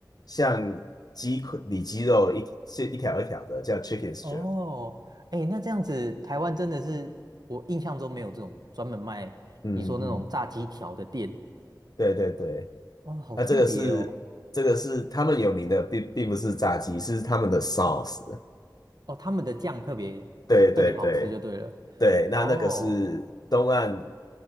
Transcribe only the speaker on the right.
哦，哎，那这样子，台湾真的是我印象中没有这种专门卖你说那种炸鸡条的店
哦，好特别哦，
哦，他们的酱特别特别好吃就对了。
哦